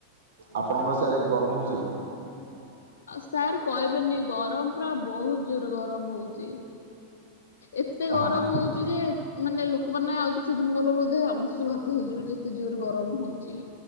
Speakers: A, on the right; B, on the left.
A: ଆପଣଙ୍କର ସାଡେ ଗରମ ହୋଉଚି?
B: ଆଉ ସାର୍ କହିବେନି ଗରମ ପୁରା ବୋହୁତ ଜୋରେ ଗରମ ହଉଚି। ଏତେ
A: ହଁ
B: ଗରମ ହଉଚି ଯେ ମାନେ ଲୋକମାନେ ଆଉ କିଛି ଦିନ ଗଲେ ବୋଧେ ଅଂଶୁଘାତ ହେଇଯିବେ ଯେତେ ଜୋର ଗରମ ହୋଉଚି।